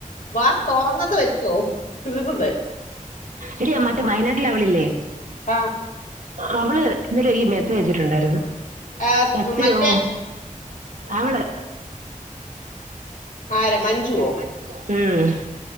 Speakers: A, on the left; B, on the right.
A: വാ തൊറന്നത് വെച്ചോ തീർന്നു
B: എടി ആ മറ്റേ വയനാട്ടിലെ അവളില്ലേ
A: ആ
B: ഉം അവള് ഇന്നലും ഈ മെസ്സേജ് വച്ചിട്ടുണ്ടായിരുന്നു
A: ആഹ്
B: എത്തിയോ
A: മറ്റേ
B: അവള്
A: ആരാ മഞ്ജുവോ
B: മഞ്ജുവോ ഉം